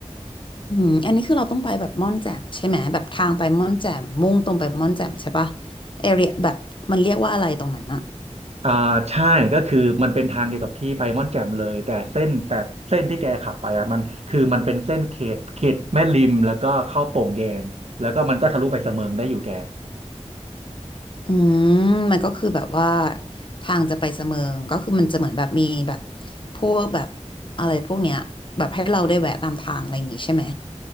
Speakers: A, on the left (about 45°); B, on the right (about 60°).
A: อืมอันนี้คือเราต้องไปแบบม่อนแจ่มใช่ไหมแบบทางไปม่อนแจ่มมุ่งตรงไปม่อนแจ่มใช่ปะเอเรียแบบมันเรียกว่าอะไรตรงนั้นอะ
B: อ่าใช่ก็คือมันเป็นทางเดียวกับที่ไปม่อนแจ่มเลยแต่เส้นแต่เส้นที่แกขับไปอ่ะมันคือมันเป็นเส้นเขตเขตแม่ริมแล้วก็เข้าโป่งแยงแล้วก็มันก็ทะลุไปเสมิงได้อยู่แก
A: อืมมันก็คือแบบว่าทางจะไปเสมิงก็คือมันจะเหมือนแบบมีแบบพวกแบบอะไรพวกเนี้ยแบบให้เราได้แวะตามทางอะไรอย่างงี้ใช่ไหม